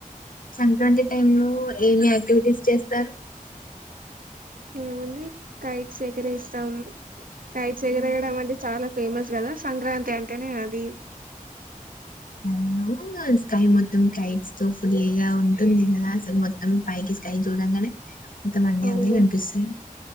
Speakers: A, on the left (about 70°); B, on the right (about 70°).
A: సంక్రాంతి టైం లో ఏమి యాక్టివిటీస్ చేస్తారు
B: ఏముంది కై సేకిరి ఇష్టం. కైట్స్ ఎగరేయడం అంటె చాలా ఫేమస్ కదా. సంక్రాంతి అంటేనే అది.
A: మాములుగా స్కై మొత్తం కైట్స్ తో ఫుల్గా ఉంటుంది కదా అసలు మొత్తం పైకి స్కై చూడంగనే. మొత్తం అన్నీ
B: అవును
A: అవే కనిపిస్తాయి.